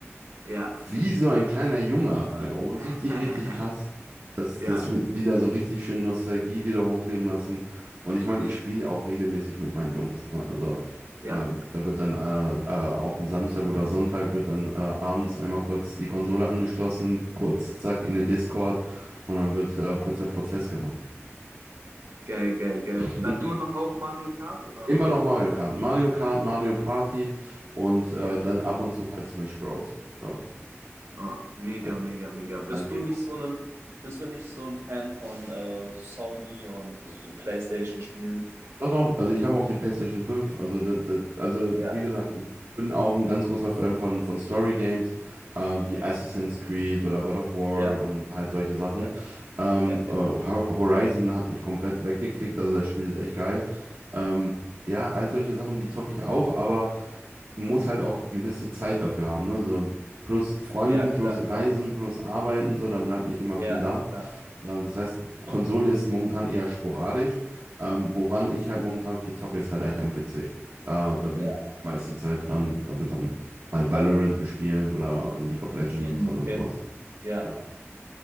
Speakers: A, on the right; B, on the right.
A: Ja.
B: Wie so ein kleiner Junge. ey. Oh, richtig,
A: <laughs>
B: richtig krass. Das,
A: Ja,
B: das wird wieder so richtig schön Nostalgie wieder hochleben lassen. Und ich meine, ich spiele auch regelmäßig mit meinen Jungs. Ne? Also
A: ja.
B: äh, da wird dann äh, äh, auf dem Samstag oder Sonntag wird dann äh, abends einmal kurz die Konsole angeschlossen, kurz zack in den Discord und dann wird äh, kurzer Prozess gemacht.
A: Geil, geil, geil.
B: <laughs>
A: Und dann immer noch auch Mario Kart oder
B: Immer
A: was?
B: noch Mario Kart. Mario Kart, Mario Party und äh,
A: Ja.
B: dann ab und zu halt Smash Bros. So,
A: Ah, mega,
B: ja.
A: mega, mega.
B: Und
A: Bist
B: dann gehen,
A: du nicht so ein, bist du nicht so ein Fan von äh, Sony und also so PlayStation-Spielen?
B: Doch, doch, also ich habe auch die PlayStation fünf Also, da, da, also
A: Ja,
B: wie gesagt, ich bin auch ein ganz großer Fan von, von Story Games, äh, wie Assassin's Creed oder God of War
A: ja,
B: und halt solche Sachen.
A: ja,
B: Ähm,
A: ja,
B: äh, Ho-
A: ja.
B: Horizon hat mich komplett weggekickt, also das Spiel ist echt geil. Ähm, ja, all solche Sachen, die zocke ich auch, aber man muss halt auch gewisse Zeit dafür haben, ne? So plus Freundin,
A: Ja, klar,
B: plus Reisen,
A: klar.
B: plus Arbeiten, so, dann bleibt nicht immer viel
A: Ja,
B: da.
A: klar.
B: Ähm, das heißt, Konsole ist momentan eher sporadisch. Ähm, woran ich halt momentan viel zocke, ist halt eigentlich am PC. Da, da bin
A: Ja.
B: ich meiste Zeit dran. Da wird dann mal Valorant gespielt oder League of Legends
A: Hm,
B: oder
A: okay.
B: sowas.
A: Ja.
B: Ja.